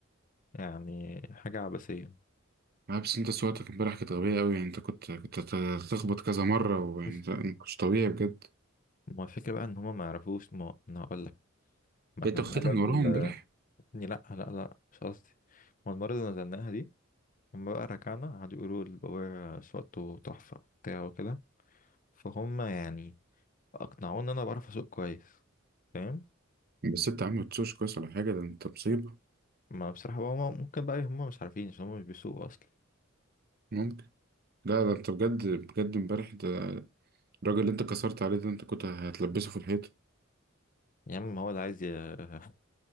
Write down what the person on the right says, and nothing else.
لا بس انت سواقتك امبارح كانت غبية قوي يعني انت كنت كنت هتخبط كذا مرة وانت
ما كنتش طبيعي بجد
انت واخدها
من
وراهم امبارح
بس انت يا عم متسوش كويس ولا حاجة ده انت مصيبة
ممكن لا ده انت بجد بجد امبارح ده الراجل اللي انت كسرت عليه ده انت كنت هتلبسه في الحيط